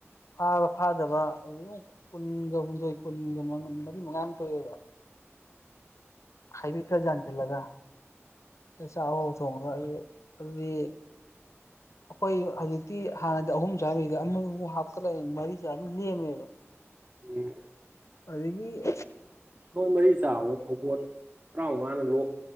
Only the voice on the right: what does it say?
ꯎꯝ
ꯑꯩꯈꯣꯏ ꯃꯔꯤ ꯆꯥꯕꯗ ꯐꯧꯕꯣꯠ ꯇꯔꯥꯃꯉꯥꯅ ꯂꯣꯛ